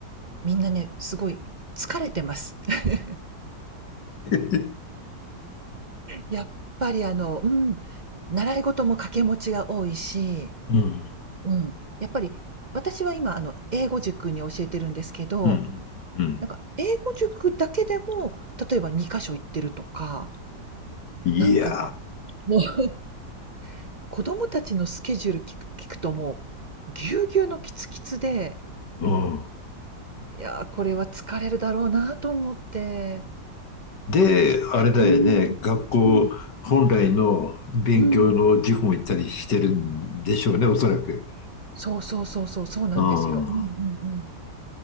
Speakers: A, on the right (about 40°); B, on the left (about 75°).
A: みんなね、すごい疲れてます。<laughs>
B: <laughs>
A: やっぱりあの、うん、習い事も掛け持ちが多いし、
B: うん。
A: うん、やっぱり私は今あの、英語塾に教えてるんですけど、
B: うん。うん。
A: なんか英語塾だけでも、例えば2か所行ってるとか、
B: いや
A: なんかね、もう <laughs> 子供たちのスケジュール聞く聞くともう、ぎゅうぎゅうのキツキツで
B: ー。うん。
A: いやー、これは疲れるだろうなと思って、
B: で、
A: ちょっとうん。
B: あれだよね。学校本来の勉強の塾も行ったりしてるんでしょうね、
A: うん。うん。
B: おそらく。
A: そうそうそうそう、そうなんですよ。
B: うん。
A: うんうんうん。